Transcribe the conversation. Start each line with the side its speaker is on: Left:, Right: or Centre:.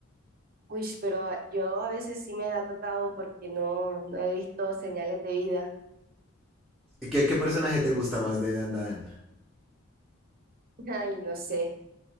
Right: Uy, pero a- yo a veces sí me ha tocado porque no, no he visto señales de vida.
Centre: ¿Y qué, qué personaje te gusta más de Dan Dan?
Right: <laughs> Ay, no sé.